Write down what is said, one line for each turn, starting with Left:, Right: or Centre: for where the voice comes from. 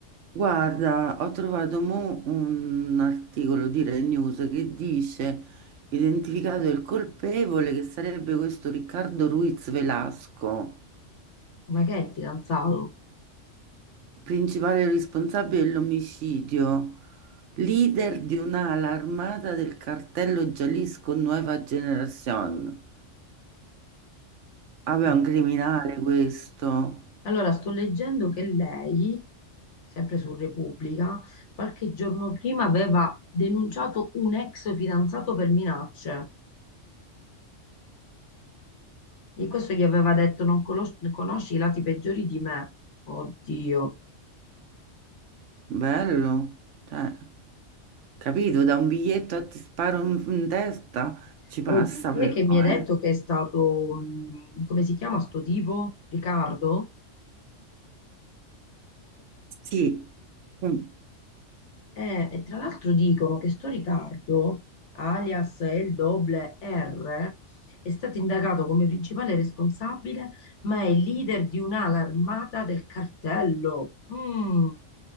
Right: Guarda, ho trovato mo un articolo di Rai News che dice identificato il colpevole che sarebbe questo Riccardo Ruiz Velasco,
Left: ma che è il fidanzato?
Right: principale responsabile dell'omicidio, leader di un'ala armata del cartello Jalisco Nueva Generación. Vabbè,
Left: Mm.
Right: è un criminale questo.
Left: Allora, sto leggendo che lei, sempre su Repubblica, qualche giorno prima aveva denunciato un ex fidanzato per minacce. Di questo gli aveva detto, non colos- conosci i lati peggiori di me. Oddio.
Right: Bello, cioè, capito, da un biglietto a ti sparo in, in testa, ci passa
Left: E tu chi
Right: però,
Left: è che mi hai detto
Right: eh.
Left: che è stato, mh, come si chiama sto tipo? Riccardo?
Right: Sì, Mm.
Left: Eh, e tra l'altro dicono che sto Riccardo, alias El Doble R, è stato indagato come principale responsabile, ma è leader di un'ala armata del cartello. Mm,